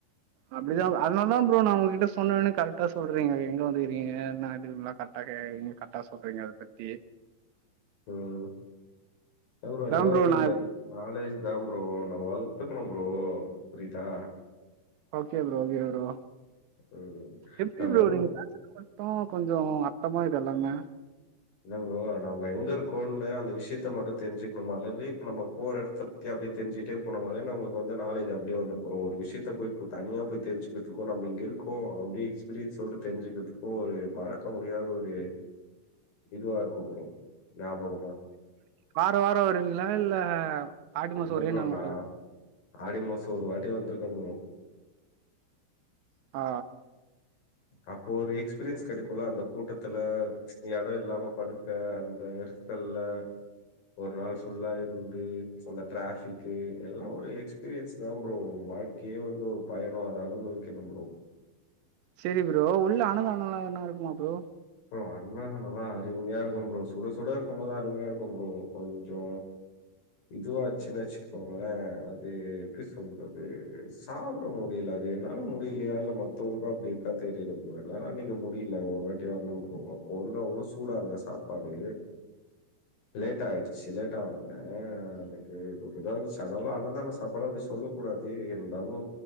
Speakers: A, on the right (about 75°); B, on the left (about 50°).
A: அப்டிதான் அதனாலதான் ப்ரோ நான் உங்க கிட்ட சொன்ன ஒன்னே கரெக்டா சொல்றீங்க எங்க வந்துருக்கீங்க என்ன ஏதுனல்லா கரெ க்டா நீங்க கரெக்ட்டா சொல்றீங்க அத பத்தி
B: ம் இல்ல ப்ரோ எல்ல
A: தான்
B: ஒரு
A: நான்
B: ஜென் நாலேஜ்தான் ப்ரோ நம்ம வள்த்துக்கணும் ப்ரோ புரிதா
A: ஓகே ப்ரோ ஓகே ப்ரோ
B: ம்.
A: எப்டி
B: நம்ம
A: ப்ரோ
B: எங்
A: நீங்க மட்டு கொஞ்சோ அர்த்தமா இதெல்லாமே
B: இல்ல ப்ரோ நம்ம எங்க இருக்கோன்னு அந்த விஷியத்த மட்டு தெரிஞ்சுக்கனு மொதல்லயே இப்ப நம்ப போற எடத் த அப்டி தெரிஞ்சுகிட்டே போனம்னாலே நமக்கு வந்து நாலேஜ் அப்டியேவந்துரு ப்ரோ ஒரு விஷ்யத்த போய் தனியா போய் தெரிஞ்சுக்கறதுக்கு நம்ம இங்க இரு க்கு அப்டி எக்ஸ்பீரியன்ஸ்னோட தெரிஞ்சுக்கறதுக்கு ஒரு மறக்க முடியாத ஒரு இதுவா இருக்கும் ப்ரோ ஞாபகமா
A: வார வார வரிவிங்களா இல்ல ஆடி
B: இல்ல
A: மாசம் ஒரே
B: ப்ரோ
A: நாள் மட்டும்
B: நா
A: வருவீங்களா?
B: ஆடி மாசம் ஒரு வாட்டி வந்திருக்க ப்ரோ
A: ஆ
B: அப்போ ஒரு எக்ஸ்பீரியன்ஸ் கேடைக்கும்ல அந்த கூட்டத்துல இடம் இல்லாம படுக்க அந்த தல்லா ஓரு நாள் ஃபுல்லா இருந்து அந்த ட்டிராப்பிக்கு எல்லா ஒரு எக்ஸ்பீரியன்ஸ் தா ப்ரோ வா <unintelligible> வந்து ஒரு பயணம் அத அனுபவிக்கணு ப்ரோ
A: சேரி ப்ரோ உள்ள அன்னதானமேல்லா என்ன இருக்குமா ப்ரோ
B: <unintelligible> எல்லா நல்லா அருமையா இருக்கு ப்ரோ சுட சுட இருக்கு போது அருமையா இருக்கு ப்ரோம் கொஞ்சோ இதுவ ஆச்சுன்ன வச்சுக்கோங்களே அது எப்டி சொல்றது சாப்பிட முடியல அது என்னால முடியலயா இல்ல மத்தவங்களுக்கு அப்டி இருக்கா தெரியல ப்ரோ அன்னைக்கு முடியல ஒருவாட்டி <unintelligible> ப்ரோ அப்போ வந்து அவ்வளவு சூடா இல்ல சாப்பாடு லேடா ஆயிடுச்சு லேட்டா வந்தே அன்னைக்கி ஒரு இத சடனா அன்னதான சாப்பாடே <unintelligible> சொல்ல கூடாது இருந்தாலு